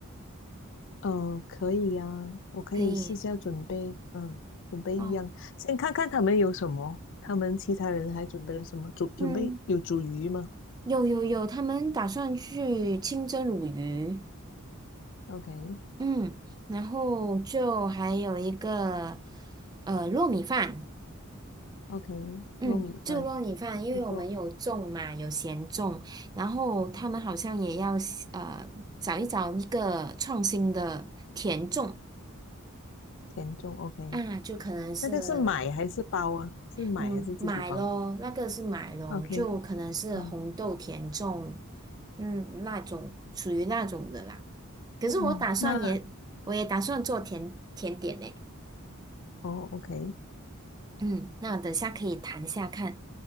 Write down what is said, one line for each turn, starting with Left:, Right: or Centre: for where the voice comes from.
Left: 呃，可以呀、我可以私下准备，
Right: 可以
Left: 嗯，准备一样，
Right: 哦，
Left: 先看看他们有什么，他们其他人还准备了什么？煮准备有煮鱼吗
Right: 嗯。有有有，他们打算去清蒸鲈鱼，
Left: ？OK
Right: 嗯，然后就还有一个呃糯米饭，
Left: OK，
Right: 嗯，
Left: 糯米饭
Right: 就糯米饭，因为我们有种嘛，
Left: 不错，
Right: 有咸粽，然后他们好像也要呃找一找一个创新的甜粽
Left: 甜粽 OK，
Right: 啊，就可能是
Left: 那个是买还是包啊？是买还是自己包
Right: 嗯，买咯，那个是买咯，
Left: ？OK，
Right: 就可能是红豆甜粽，
Left: 好，
Right: 嗯，那种属于那种的啦。可是我打算也，
Left: 嗯，那
Right: 我也打算做甜甜点呢。
Left: 哦 OK，
Right: 嗯，那等下可以谈下看